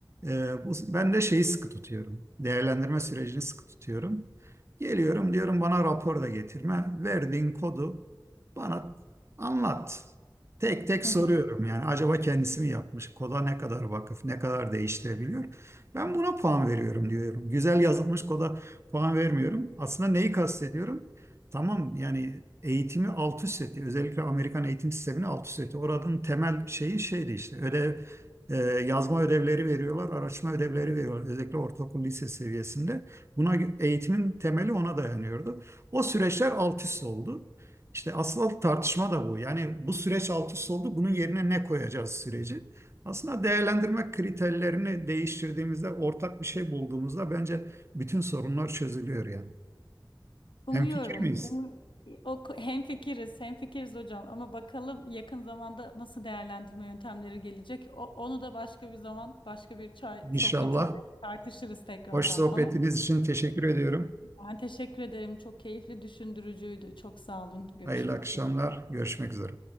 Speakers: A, on the right; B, on the left.
A: Ee, bu, ben de şeyi sıkı tutuyorum. Değerlendirme sürecini sıkı tutuyorum. Geliyorum diyorum bana rapor da getirme. Verdiğin kodu bana anlat. Tek tek
B: Hı
A: soruyorum
B: hı.
A: yani acaba kendisi mi yapmış? Koda ne kadar vakıf, ne kadar değiştirebiliyor? Ben buna puan veriyorum diyorum. Güzel yazılmış koda puan vermiyorum. Aslında neyi kastediyorum? Tamam yani eğitimi alt üst etti. Özellikle Amerikan eğitim sistemini alt üst etti. Oranın temel şeyi şeydi işte ödev e, yazma ödevleri veriyorlar, araştırma ödevleri veriyorlar. Özellikle ortaokul lise seviyesinde. Buna gö- eğitimin temeli ona dayanıyordu. O süreçler alt üst oldu. İşte asıl tartışma da bu. Yani bu süreç alt üst oldu. Bunun yerine ne koyacağız süreci? Aslında değerlendirme kriterlerini değiştirdiğimizde, ortak bir şey bulduğumuzda bence bütün sorunlar çözülüyor yani.
B: Umuyorum.
A: Hemfikir miyiz?
B: Umu o hemfikiriz, hemfikiriz hocam ama bakalım yakın zamanda nasıl değerlendirme yöntemleri gelecek. O, onu da başka bir zaman, başka bir çay
A: İnşallah.
B: sohbetinde tartışırız tekrardan.
A: Hoş sohbetiniz
B: Ama
A: için teşekkür ediyorum.
B: ben teşekkür ederim. Çok keyifli, düşündürücüydü. Çok sağ olun. Görüşmek
A: Hayırlı akşamlar.
B: üzere.
A: Görüşmek üzere.